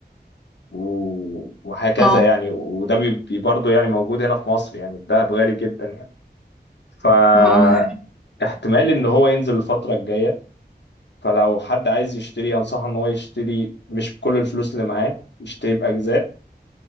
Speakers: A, on the left (about 80°); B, in the centre.
A: و- وهكذا
B: اه
A: يعني وده بي- برضه يعني موجود هنا في مصر يعني الدهب غالي جدا يعني فاحتمال
B: ما هو ده حقيقي.
A: ان هو ينزل الفترة الجاية فلو حد عايز يشتري انصحه ان هو يشتري مش بكل الفلوس اللي معاه يشتري بأجزاء